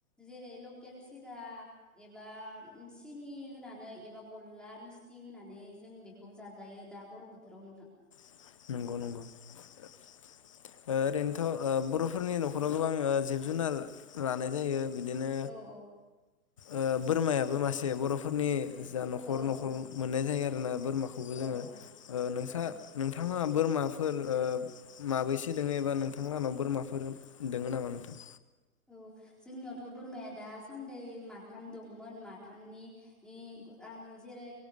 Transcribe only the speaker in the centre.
जेरै लकेल सिरा एबा सिनि होनानै एबा गला मिस्थि होनानै जों बेखौ जाजायो दा गरम बोथोराव नोंथां।
औ औ
औ
औ
औ
औ
औ
औ, जोंनियावथ' बोरमाया दासान्दै माथाम दंमोन माथामनि नि <unintelligible> आं जेरै